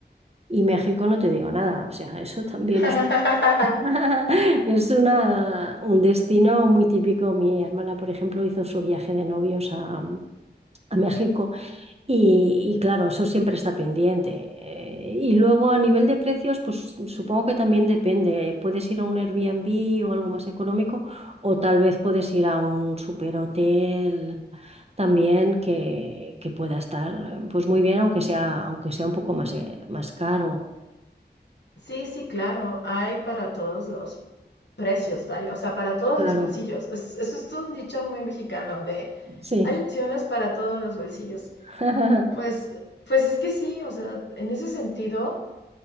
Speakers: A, on the right; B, on the left.
A: Y México no te digo nada, o sea, <laughs> eso también
B: <laughs>
A: es un, <laughs> es una, un destino muy típico. Mi hermana, por ejemplo, hizo su viaje de novios a a México. Y, y claro, eso siempre está pendiente. Eh, y luego a nivel de precios, pues supongo que también depende. Puedes ir a un Airbnb o algo más económico, o tal vez puedes ir a un superhotel también que, que pueda estar eh, pues muy bien, aunque sea, aunque sea un poco más, eh, más caro.
B: Sí, sí, claro, hay para todos los precios, vaya, o sea, para todos
A: Claro,
B: los bolsillos. Es- eso es un dicho muy mexicano de
A: sí.
B: hay opciones para todos los bolsillos.
A: <laughs>
B: Pues, pues es que sí, o sea, en ese sentido